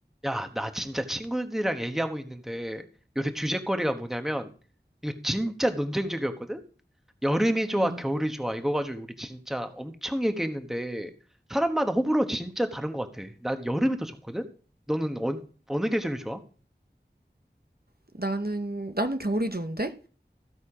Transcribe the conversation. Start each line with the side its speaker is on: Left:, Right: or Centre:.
Centre: 야, 나 진짜 친구들이랑 얘기하고 있는데 요새 주제거리가 뭐냐면 이거 진짜 논쟁적이었거든? 여름이 좋아,
Right: 음.
Centre: 겨울이 좋아 이거 가지고 우리 진짜 엄청 얘기했는데 사람마다 호불호 진짜 다른 것 같아. 난 여름이 더 좋거든? 너는 어, 어느 계절이 좋아?
Right: 나는, 나는 겨울이 좋은데?